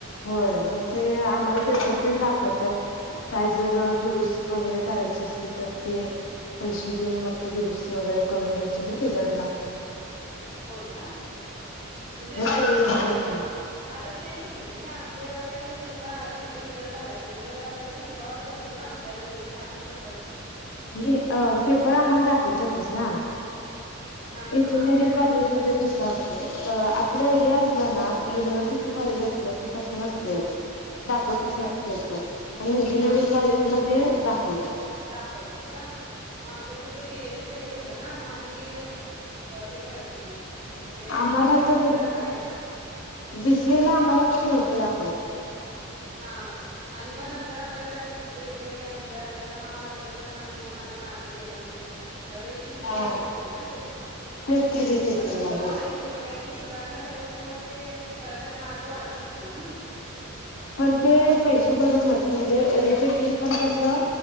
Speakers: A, on the left; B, on the right.
A: होय मग ते आम्हाला पेपर पण दाखवत्यात. काय जर
B: हा
A: अ दुरुस्ती
B: हा
A: वगैरे करायचं असलं तर ते, पैसे देऊन मग ते दुरुस्ती वगैरे करून घ्यायचे मग रिझल्ट लागतं.
B: होय का? म्हणजे आप
A: केलेलं
B: आमच्या
A: बघत
B: हिक आता चेंज केलेल ग आ जेव्हा वेळी कसं होता आधी रिझल्ट लागायचा जर आपल्याला शंका वाटत असेल ना आपल्याला एवढेच मार्क पडतात
A: नी अ पेपर आम्हाला दाखवतातच ना.
B: हा हा
A: इंजिनिअरिंग
B: आमच्या वेळी
A: कॉलेज
B: नव्हतं
A: मध्ये घेतात. अ आपलं हे असलं ना युनिव्हर्सिटी कॉलेज असलं कि तसं नसतंयच.
B: नसतय
A: दाखवतचं
B: का
A: नाहीत पेपर पण इंजिनिअरिंग
B: हा हा
A: कॉलेजमध्य हे दाखवत्यात.
B: दाखवतात का, आमचं तसं बीएससी वगैरे होत तना मा आधी अ हे‌ करत होते. म्हणजे
A: आम्हाला
B: अ
A: तर
B: रिझल्ट लागायचा,
A: बीसीए
B: आणि
A: ला
B: मग
A: आम्हाला पण नव्हतं दाखवत.
B: हा.. आणि मग आपल्याला ज्या तृ ते वगैरे काय हम ज्या आपल्याला हा वाटत असेल हा इथे माझे मार्क गेले असेल. रेचेकिंग
A: हा
B: ला देत होते ना ते,
A: तेच की रिचेकिंगला
B: मग तुमचं भार
A: हो
B: आहे की मग काहीतरी सुधारणा करायची मग ते परत आणि मार्क वाढत असतील ना मग?
A: पण ते पैसे भरूनच म्हणजे रिचेकिंग पण कसं